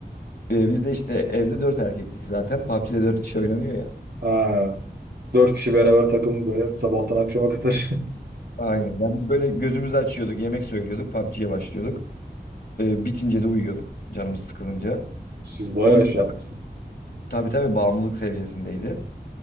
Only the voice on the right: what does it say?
Ha, dört kişi beraber takım böyle sabahtan akşama kadar.
<laughs> Siz bayağı
şey yapmışsın.